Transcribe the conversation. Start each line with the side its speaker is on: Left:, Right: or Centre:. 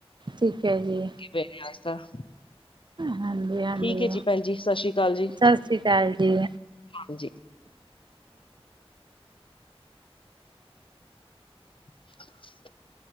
Right: ਠੀਕੈ ਜੀ।
Left: <unintelligible>
Right: ਹਾਂਜੀ ਹਾਂਜੀ
Left: ਠੀਕ ਏ ਜੀ ਭੈਣ ਜੀ ਸਸ਼ੀ ਅਕਾਲ ਜੀ,
Right: ਸਤਿ ਸ਼੍ਰੀ ਅਕਾਲ ਜੀ
Left: ਹਾਂਜੀ। <inaudible>